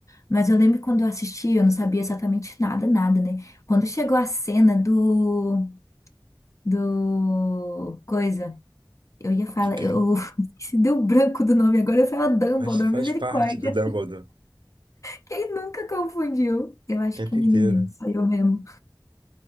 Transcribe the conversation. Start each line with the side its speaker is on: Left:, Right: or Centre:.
Left: Mas eu lembro que quando eu assisti, eu não sabia exatamente nada, nada, né? Quando chegou a cena do... do... coisa... Eu ia falar,
Right: De quem?
Left: eu <laughs> se deu branco do nome agora, eu ia falar Dumbledore,
Right: Faz, faz
Left: misericórdia.
Right: parte do Dumbledore, o
Left: Quem nunca confundiu? Eu acho
Right: tempo
Left: que ninguém,
Right: inteiro.
Left: só eu mesmo.